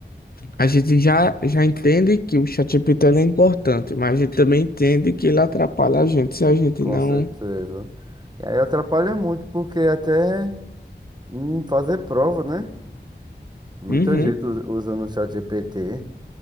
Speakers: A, on the left; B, on the right.
A: a gente já, já entende que o ChatGPT ele é importante, mas a gente também entende que ele atrapalha a gente se a gente
B: Com
A: não,
B: certeza. E aí atrapalha muito, porque até em fazer prova, né? Muita
A: uhum,
B: gente us- usando o chat GPT,